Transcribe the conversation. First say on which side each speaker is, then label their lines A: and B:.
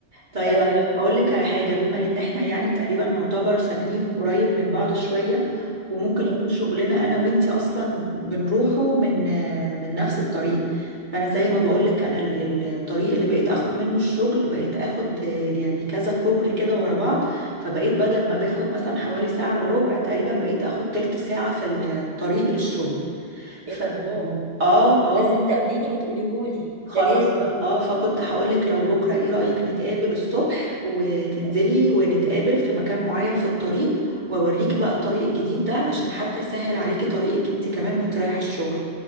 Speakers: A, on the right; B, on the right.
A: طيب
B: آه
A: انا هقول لك على حاجه بما ان احنا يعني
B: بيبي
A: تقريبا نعتبر ساكنين من قريب من بعض شويه وممكن
B: اه
A: يكون شغلنا انا وانتي اصلا بنروحه من من نفس الطريق فانا زي ما بقول لك انا ال- الطريق اللي بقيت اخد منه الشغل بقيت اخد آه، يعني كذا كوبري كده ورا بعض فبقيت بدل ما باخد مثلا حوالي ساعه الا ربع تقريبا بقيت اخد تلت ساعه في الطريق للشغل ف
B: ايه ده الله
A: اه اه
B: لازم تقابليني وتقوليهولي
A: خلاص
B: ده لازم
A: اه آه، فكنت هقولك لو بكرة ايه رأيك نتقابل الصبح وتنزلي
B: آه،
A: ونتقابل في مكان معين في الطريق واوريكي بقى الطريق الجديد ده علشان حتى يسهل عليكي طريقك انت كمان وانت رايحة الشغل